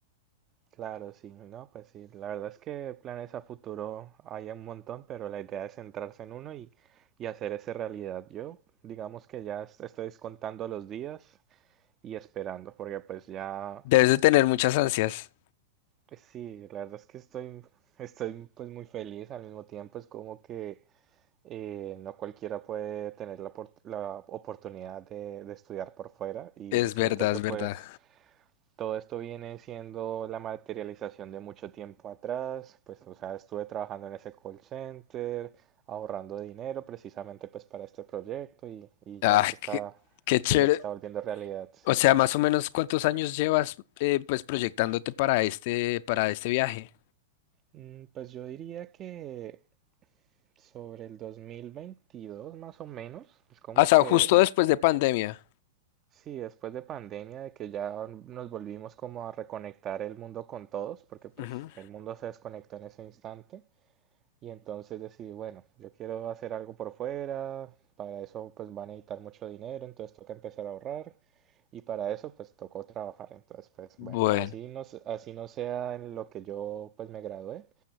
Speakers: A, on the right; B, on the left.
A: Claro, sí, no, pues sí, la verdad es que planes a futuro hay un montón, pero la idea es centrarse en uno y, y hacer esa realidad. Yo, digamos que ya est- estoy contando los días y esperando, porque pues ya
B: Debes de tener muchas ansias,
A: Pues sí, la verdad es que estoy, estoy pues muy feliz al mismo tiempo, es como que eh, no cualquiera puede tener la, opor- la oportunidad de, de estudiar por fuera y
B: es
A: siento
B: verdad,
A: que
B: es
A: pues
B: verdad.
A: todo esto viene siendo la materialización de mucho tiempo atrás, pues o sea, estuve trabajando en ese call center, ahorrando dinero precisamente pues para este proyecto y, y
B: Ah,
A: ya se está,
B: qué, qué chévere.
A: ya se está volviendo realidad, sí.
B: O sea, más o menos cuántos años llevas eh, pues proyectándote para este, para este viaje.
A: Mm, Pues yo diría que Sobre el 2022 más o menos, es como
B: Hasta
A: que,
B: justo
A: eh,
B: después de pandemia.
A: sí, después de pandemia, de que ya nos volvimos como a reconectar el mundo con todos, porque pues
B: Ujú.
A: el mundo se desconectó en ese instante, y entonces decidí, bueno, yo quiero hacer algo por fuera, para eso pues van a necesitar mucho dinero, entonces toca empezar a ahorrar, y para eso pues tocó trabajar, entonces pues
B: Bueno.
A: bueno, así no, se- así no sea en lo que yo pues me gradué,